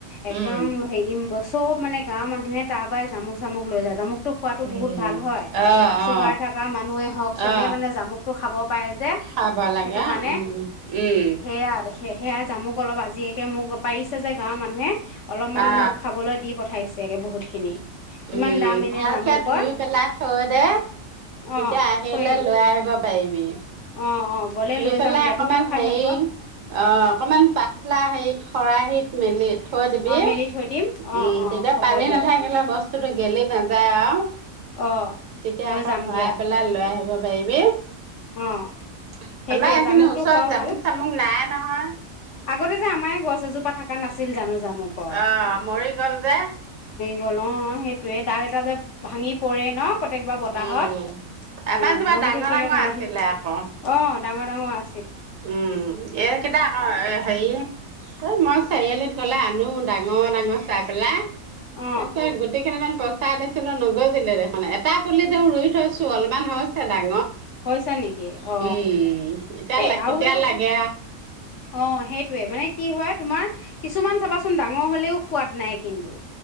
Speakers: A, on the left (about 65°); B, on the right (about 70°).
A: একদম
B: উম
A: হেৰি বস্তু। চব মানে গাঁৱৰ মানুহে তাৰ পৰাই জামুক চামুক লৈ যায় জামু টো খোৱাাতো
B: উম
A: বহুত ভাল হয়
B: অ
A: চুগাৰ
B: অ
A: থকা মানুহে হওক চবেই
B: অ
A: মানে জামুকটো খাব পাৰে যে
B: খাব লাগে
A: সেইটো কাৰণে
B: উম উম
A: সেয়া সে সেয়া জামুক অলপ আজিয়াকে মোক পাৰিছে যে গাঁৱৰ মানুহে অলপমান
B: অ
A: মোক খাবলৈ দি পঠাইছে সয়াকৈ বহুতখিনি ইমান
B: উম
A: দাম এনে
B: ভালকে
A: জামুকৰ
B: ধুই পেলাই থৈ দে তেতিয়া
A: অ
B: আহিলে
A: থৈ দিম
B: লৈ আহিব পাৰিবি
A: অ অ গ'লে
B: ধুই
A: লৈ
B: পেলাই
A: যাম দিয়া
B: অকমান
A: তুমিও খাই
B: হেৰি
A: ভাল পোৱা
B: অ অকমান পাতলা হেৰিত খৰাহত মেললে <unintelligible> থৈ দিবি
A: অ মেলি থৈ দিম অ
B: উম
A: অ
B: তেতিয়া
A: হ'ব
B: পানী
A: দিয়া
B: নাথাকিলে বস্তু টো গেলি নাযায় আৰু
A: অ
B: তেতিয়া
A: লৈ
B: আকৌ
A: যাম
B: ভৰাই
A: দিয়া
B: পেলাই লৈ আহিব পাইবি <unintelligible>
A: অ সেইটোয়ে
B: আমাৰ এইখিনি
A: জামুকটো
B: ওচৰত
A: খোৱাও
B: জামুক
A: ভাল
B: চামুক নাই নহয়
A: আগতে যে আমাৰ গছ এজোপা থকা নাছিল জানো জামুকৰ
B: অ মৰি গল যে
A: গ'লঁ সেইটোৱে ডাল এটা যে ভাঙি পৰে ন প্ৰত্যেক বাৰ বতাহত
B: উম।
A: অ
B: আমাৰ জোপা
A: মৰি
B: ডাঙৰ
A: থাকিলে
B: ডাঙৰ
A: কাৰণেহে
B: আছিলে আকৌ
A: অ ডাঙৰ ডাঙৰ আ
B: উম এন কদা <unintelligible> এ হেৰি এই মই চাৰিআলিত কলে আনো ডাঙৰ ডাঙৰ চাই পেলাই <unintelligible>
A: অ
B: তাৰ পিছত গোটেই কেইটামান পচাই দিছিলো নগ জিল দেখ এটা পুলি ত দেও ৰুই থৈছো অলপমান হৈছে দাক <unintelligible> অ
A: হৈছে নেকি অ
B: উম এতিয়া
A: এই
B: লাগ
A: আৰু
B: কেতিয়া
A: এটা
B: লাগে
A: অ সেইটোৱে মানে কি হয় তোমাৰ কিছুমান চাবাচোন ডাঙৰ হ'লেও সোৱাদ নাই কিন্তু